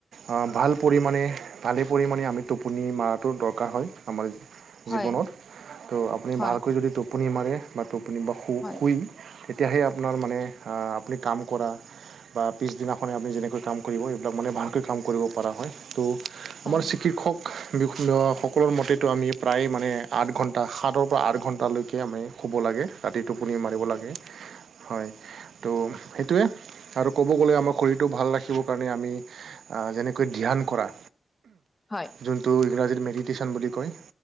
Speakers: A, on the right; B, on the left.
A: আহ ভাল পৰিমামানে ভালে পৰিমাণে আমি টোপনি মৰাটো দৰকাৰ হয় আমাৰ
B: হয়
A: জীৱনত ত' আপুনি
B: হয়
A: ভালকৈ যদি টোপনি মাৰে বা টোপনি বা শু
B: হয়
A: শুই তেতিয়াহে আপোনাৰ মানে আপুনি কাম কৰা বা পিছদিনাখনে আপুনি যেনেকৈ কাম কৰিব এইবিলাক মান ভাল কাম কৰিব পৰা হয় ত'
B: হয়
A: আমাৰ চিকিৎ্ষক বিন্ সকলৰ মতেতো আমি প্ৰায় মানে আঠ ঘণ্টা সাতৰ পৰা আঠ ঘণ্টালৈকে আমি শুব লাগে ৰাতি টোপনি মাৰিব লাগে হয় ত' সেইটোৱে আৰু ক'ব গ'লে আমাৰ শৰীৰটো ভাল ৰাখিবৰ কাৰণে আমি যেনেকৈ ধ্যান কৰা
B: হয়
A: যোনটো ইংৰাজীত মেডিটেশ্যন বুলি কয়